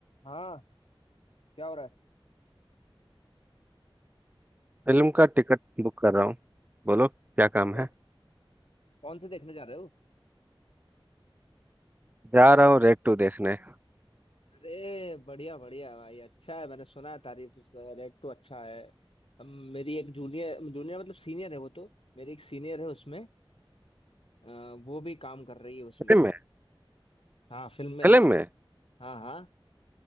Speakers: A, on the left (about 80°); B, on the right (about 20°).
A: हाँ क्या हो रहा
B: Film का ticket book कर रहा हूँ बोलो क्या काम
A: है अरे
B: है
A: कौन से देखने जा रहे हो
B: जा रहा हूँ रेड टू देखने
A: अरे बढ़िया बढ़िया भाई अच्छा है मैंने सुना है तारीफ उसका रेट तो अच्छा है हम मेरी एक जूनियर जूनियर मतलब सीनियर है वो तो मेरी एक सीनियर है उसमें अ, वो भी काम कर रही है उसमें
B: फिल्म में
A: हाँ फिल्म में
B: फिल्म
A: ना
B: में
A: हाँ हाँ